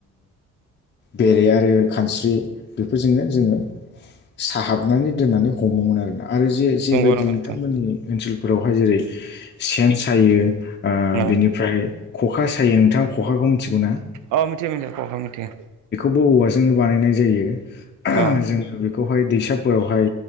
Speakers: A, on the left (about 35°); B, on the right (about 80°).
A: बेरे आरो खानस्रि बेफोरजोंनो जोङो साहाबनानै दोननानै हमोमोन आरोना आरो जे जेबायदि
B: नंगौ नंगौ
A: नोंथांमोननि
B: नोंथां
A: ओनसोलफोरावहाय जेरै सेन सायो
B: औ
A: बिनिफ्राय ख'खा सायो नोंथाङा खखाखौनो
B: अ मिथियो मिथियो खखा मिथियो
A: औ बेखौ औवाजोंनो बानायनाय जायो
B: अ
A: जों बे बेहाय दैसाफोरावहाय